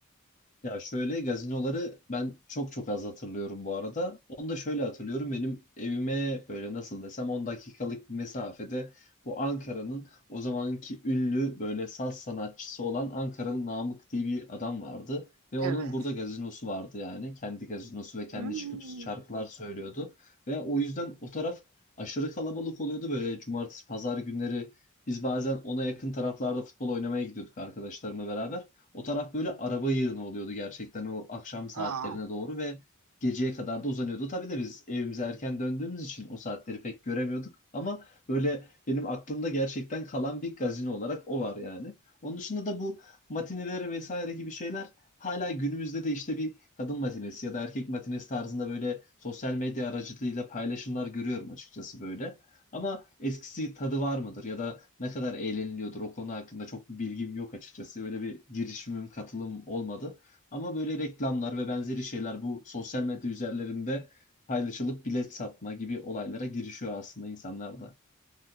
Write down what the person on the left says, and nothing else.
Ya şöyle gazinoları ben çok çok az hatırlıyorum bu arada. Onu da şöyle hatırlıyorum. Benim evime böyle nasıl desem 10 dakikalık bir mesafede bu Ankara'nın o zamanki ünlü böyle saz sanatçısı olan Ankaralı Namık diye bir adam vardı. Ve
onun burada gazinosu vardı yani. Kendi gazinosu ve kendi
çıkıp şarkılar söylüyordu. Ve o yüzden o taraf aşırı kalabalık oluyordu. Böyle cumartesi pazar günleri biz bazen ona yakın taraflarda futbol oynamaya gidiyorduk arkadaşlarımla beraber. O taraf böyle araba yığını oluyordu gerçekten o akşam saatlerine
doğru ve geceye kadar da uzanıyordu. Tabii de biz evimize erken döndüğümüz için o saatleri pek göremiyorduk ama böyle benim aklımda gerçekten kalan bir gazino olarak o var yani. Onun dışında da bu matineleri vesaire gibi şeyler hala günümüzde de işte bir kadın matinesi ya da erkek matinesi tarzında böyle sosyal medya aracılığıyla paylaşımlar görüyorum açıkçası böyle. Ama eskisi tadı var mıdır ya da ne kadar eğleniliyordur o konu hakkında çok bir bilgim yok açıkçası. Öyle bir girişimim, katılım olmadı. Ama böyle reklamlar ve benzeri şeyler bu sosyal medya üzerlerinde paylaşılıp bilet satma gibi olaylara girişiyor aslında insanlar da.